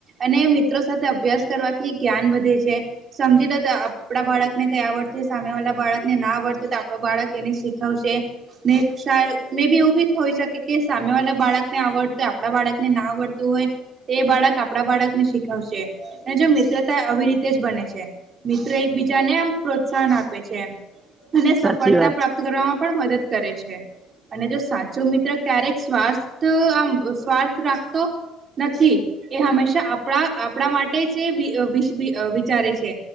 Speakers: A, on the right; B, on the right.
A: અને મિત્રો સાથે અભ્યાસ કરવાથી જ્ઞાન વધે છે સમજી લો તો આપડા બાળકને કઈ આવડશે સામેવાલાા બાળકને ના આવડશે તો આપડ બાળક એને શીખવશે ને શાય મેં બી એવું બી હોઈ શકે કે સામેવાલા બાળકને આવડશે આપડા બાળકને ના આવડતું હોય એ બાળક આપડા બાળકને શીખવશે અને જો મિત્રતા આવી રીતે જ બને છે. મિત્ર એકબીજાને આમ પ્રોત્સાહન આપે છે. અને સફળતા
B: સાચી વાત
A: પ્રાપ્ત
B: છે
A: કરવામાં પણ મદદ કરે છે. અને જો સાચો મિત્ર ક્યારેક સ્વાથ આમ સ્વાર્થ રાખતો નથી એ હંમેશા આપણા આપણા માટે જે વિય વીસ વિય વિચારે છે.